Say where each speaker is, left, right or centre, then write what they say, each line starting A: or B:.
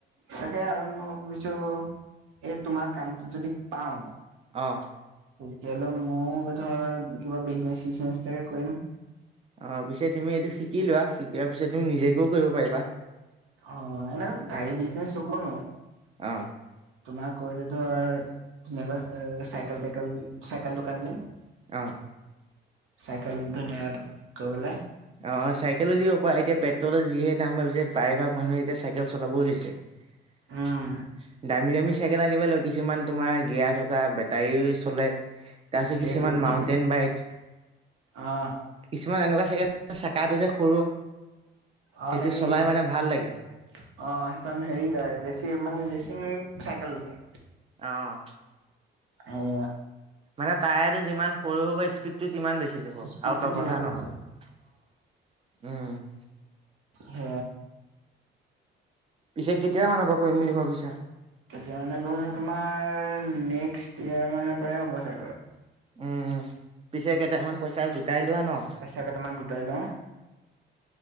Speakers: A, on the right; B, on the right.
A: তাকে আৰু মই ভাবিছো, এই তোমাৰ কামটো যদি পাও
B: আহ
A: তেতিয়া হ'লে মইও ধৰ কিবা বিজনেচ-চিজনেছ এতাকে কৰিম।
B: অ পিছে তুমি এইটো শিকিলোৱা, শিকিলোৱাৰ পিছত তুমি নিজকেও কৰিব পাৰিবা।
A: অ এনে গাড়ী বিজনেছ <unintelligible>
B: অ
A: তোমাৰ কৰিলে ধৰ ধুনাকৈ চাইকেল-তাইকেল চাইকেল দোকান দিম।
B: আহ।
A: চাইকেলটো <unintelligible> বোলে
B: অ চাইকেলো দিব পাৰ। এতিয়া পেট্ৰলৰ যিহে দাম ভাবিছে প্ৰায়ভাগ মানুহে এতিয়া চাইকেল চলাবও দিছে।
A: উম
B: <inaudible> দামী দামী চাইকেল আনিব লাগিব, কিছুমান তোমাৰ গিয়াৰ থকা বেটাৰী চলে। তাৰপিছত
A: সেইটোৱেতো
B: কিছুমান মাউন্টেইন বাইক।
A: অ
B: কিছুমান এনেকুৱা চে চেকাটো যে সৰু
A: অ',
B: সেইটো
A: হেৰি
B: চলাই
A: অ সেইখনখন
B: মানে ভাল লাগে।
A: হেৰি গ স মানে ৰেচিং চাইকেলতে
B: আহ',
A: আৰু
B: মানে তায়াৰটো যিমান সৰু সৰু বা স্পীডটো কিমান বেছি যাব আৰু
A: স্পীডটো
B: দগধা
A: কিমান বেছি
B: নহয় উম
A: হ
B: পিছে কেতিয়া মানৰ পৰা কৰিম বুলি ভাব পিছা
A: তেতিয়া মানে মে তোমাৰেক্স ইয় মানে প্ৰায় হ'ব চাগৰ
B: উম পিছে কেইটামান পইচা গ কাই লোৱা ন অ',
A: পইচা কেইটামান গোটাই লওঁ।